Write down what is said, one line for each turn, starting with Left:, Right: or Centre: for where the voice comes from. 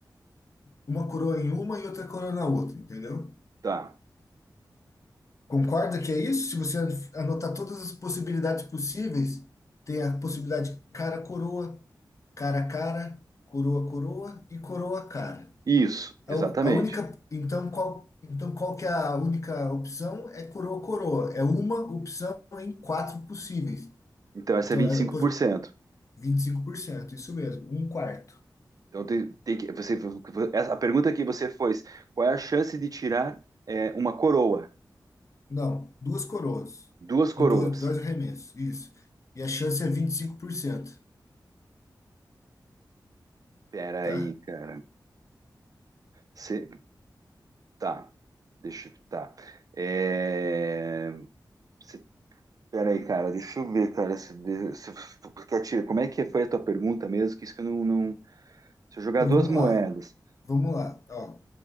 Left: Uma coroa em uma e outra coroa na outra, entendeu?
Right: Tá.
Left: Concorda que é isso? Se você an- anotar todas as possibilidades possíveis, tem a possibilidade cara coroa, cara cara, coroa coroa e coroa cara.
Right: Isso, exatamente.
Left: A, u- a única, então qual, então qual que é a única opção? É coroa coroa. É uma opção em quatro possíveis.
Right: Então, essa
Left: Então
Right: é vinte
Left: é
Right: e cinco
Left: pos-
Right: por cento
Left: vinte e cinco por cento isso mesmo, um quarto.
Right: Então, tem, tem que, você, essa- a pergunta que você fez, qual é a chance de tirar é, uma coroa?
Left: Não, duas coroas
Right: Duas coroas.
Left: em dois, dois arremessos, isso. E a chance é vinte e cinco por cento
Right: Pera
Left: tá?
Right: aí, cara. Você, tá. Deixa, eu- tá. É, você, pera aí, cara. Deixa eu ver, cara. Se, de- se, porque a tira- como é que foi a tua pergunta mesmo? Que isso que eu não, não... Se eu jogar
Left: Então
Right: duas
Left: vamos
Right: moedas.
Left: lá, vamos lá. Ó,